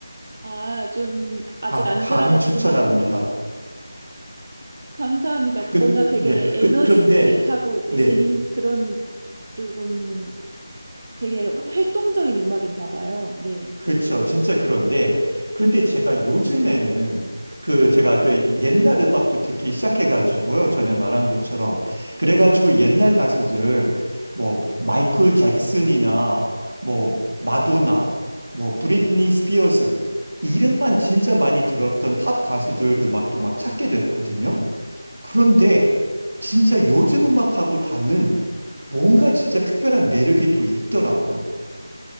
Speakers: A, on the right (about 40°); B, on the right (about 75°).
A: 아, 좀 아직
B: 아,
A: 안
B: 강
A: 들어봤지만
B: 추천합니다.
A: 감사합니다.
B: 그,
A: 뭔가 되게
B: 네.
A: 에너지틱하고
B: 그, 그런데
A: 네,
B: 네.
A: 재밌 그런 조금 되게 활동적인 음악인가 봐요. 네.
B: 그렇죠. 진짜 그런데, 그런데 제가 요즘에는 그 제가 그 옛날 음악도 듣기 시작해가지고요. 전에 말한 것처럼. 그래가지고 옛날 가수들, 뭐, 마이클 잭슨이나 뭐, 마도나, 뭐, 브리트니 스피어스, 이름만 진짜 많이 들었던 팝 가수들 음악도 막 찾게 됐거든요. 그런데 진짜 요즘 음악하고 다른 뭔가 진짜 특별한 매력이 또 있더라고요.